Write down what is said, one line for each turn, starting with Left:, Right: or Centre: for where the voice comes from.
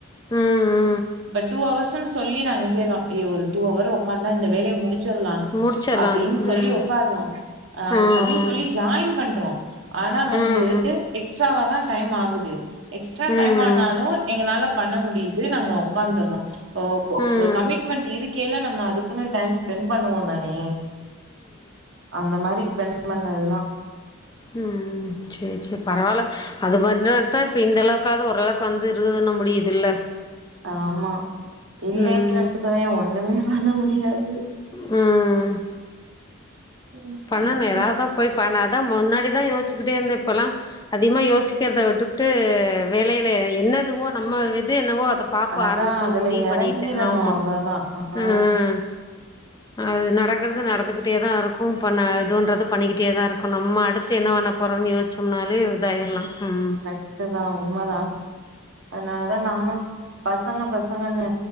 Left: ம்
Right: இப்ப டூ ஹவர்ஸ்சுன் சொல்லி நாங்க செய்றோ ஏய் ஒரு டூ ஹவர் உக்காந்தா இந்த வேலைய முடிச்சிர்லா
Left: முடிச்சிர்லான்
Right: அப்டின் சொல்லி
Left: ம்
Right: உக்கார்றோ அ
Left: ம்
Right: அது அப்படின் சொல்லி ஜாயின் பண்றோ ஆனா
Left: ம்
Right: வந்து
Left: ம்
Right: எக்ஸ்ட்ராவாதா டைம் ஆகுது எக்ஸ்ட்ரா
Left: ம்
Right: டைம் ஆனாலு எங்கனால பண்ண முடியுது நாங்க உக்காந்துர்றோ இப்போ
Left: ம்
Right: ஒரு கமிட்மெண்ட் இருக்கேல்ல நம்ம அதுக்குன்னு டைம் ஸ்பென் பண்ணுவோந் தானே அந்த மாரி ஸ்பெண் பண்ணதுதா
Left: ம் சேர் சேர் பரவால அத பண்றதுதா இப்ப இந்த அளவுக்காவ்து ஓரளவுக்கு வந்து இருக்குதுன்ன முடியுதுல்ல
Right: ஆமா இல்லைன்
Left: ம்
Right: வெச்சுக்கவே ஒண்ணுமே பண்ண முடியாது
Left: ம்
Right: ம் பாக்கலா
Left: பண்ணணு எதாவ்தா போய் பண்ண அதா முன்னாடிதா யோஸ்ச்சுக்கிட்டே இருந்தே இப்பல்லா அதிகமா யோசிக்கிறத விட்டுபுட்டு வேலையில என்னதுவோ நம்ம இ து என்னவோ அத பாப்ப
Right: அதா
Left: ஆரம்பிப்பன்
Right: அதுல
Left: முடிவு
Right: எறங்கிரணு
Left: பண்ணிட்டே ஆமா
Right: அவ்ளோதா ஆ
Left: ம்‌ ம் அது நடக்குறது நடந்துகிட்டேதா இருக் கு பண்ண இதுன்றது பண்ணிக்கிட்டே தா இருக்கு நம்ம அடுத்து என்ன பண்ண போறோன் யோஸ்ச்சோம்னாலே இதாயிரலா ம்
Right: ட்டுதா உண்மதான அதனாலதா நானு பசங்க பசங்கன்னு